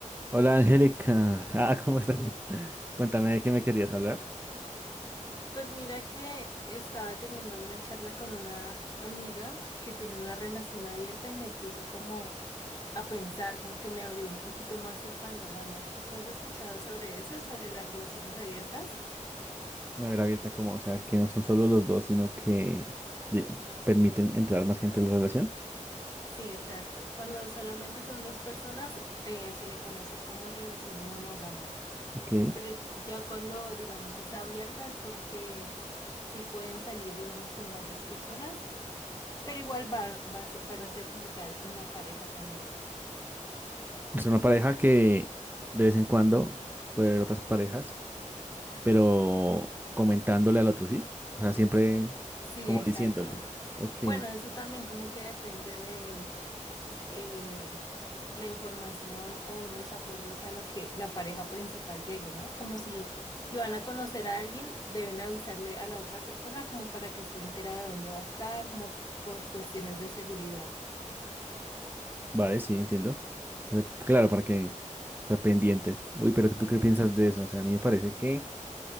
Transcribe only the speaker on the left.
Sí,
como,
pues mira que estaba teniendo una charla con una amiga que tiene una relación abierta y me puso como a pensar, como que me abrió un poquito más el panorama. ¿Tú has escuchado sobre eso, sobre las relaciones abiertas?
Sí, exacto. Cuando solamente son dos personas, eh, se le conoce como relación monógama.
Pero ya cuando, digamos, es abierta es porque sí pueden salir, digamos, con varias personas. Pero igual van, va a ser- van a ser como tal una pareja también.
Sí,
exacto.
Bueno, eso también como que depende de eh, la información o los acuerdos a los que la pareja principal llegue, ¿no? Como si, si van a conocer a alguien, deben avisarle a la otra persona como para que esté enterada de dónde va a estar, como por cuestiones de seguridad.